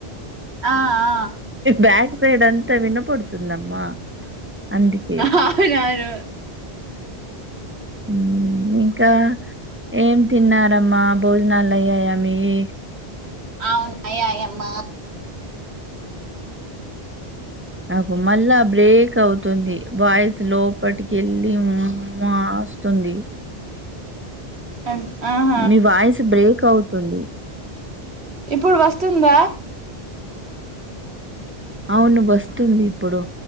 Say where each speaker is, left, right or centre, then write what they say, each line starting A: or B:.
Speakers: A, on the right (about 85°); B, on the right (about 15°).
A: ఆ ఆ
B: బ్యాక్ సైడ్ అంతా వినపడుతుందమ్మా అందుకే
A: అవునారు
B: హ్మ్ ఇంకా ఏం తిన్నారమ్మా భోజనాలు అయ్యాయా మీయి
A: ఆ అయ్యాయమ్మ
B: అగొ మళ్ళా బ్రేక్ అవుతుంది వాయిస్ లోపటికి వెళ్ళి ము వాస్తుంది
A: అ ఆ
B: మీ వాయిస్ బ్రేక్ అవుతుంది
A: ఇప్పుడు వస్తుందా
B: అవును వస్తుంది ఇప్పుడు